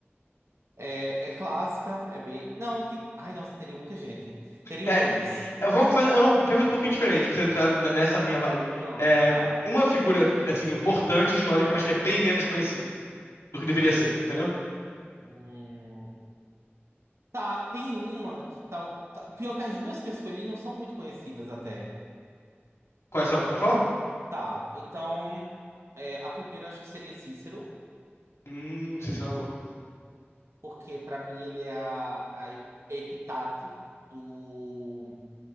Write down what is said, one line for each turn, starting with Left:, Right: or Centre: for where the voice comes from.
Right: É, é clássica, é B. Não, tem. Ai, nossa, teria muita gente. Teriam
Left: É,
Right: dois.
Left: eu vou fazer uma pergunta um pouquinho diferente pra você entrar n- nessa minha vibe.
Right: Pronto,
Left: É,
Right: tá.
Left: uma figura, assim, importante, histórica, mas que é bem menos conhecida do que deveria ser, entendeu?
Right: Hum, Tá, tem uma que tal. tá- Pior que as duas que eu escolhi não são muito conhecidas até.
Left: Quais são? Pode falar?
Right: Tá, então. é, a primeira acho que seria Cícero,
Left: Hum, sim, sim, é uma boa.
Right: porque pra mim ele é a, a epitate do,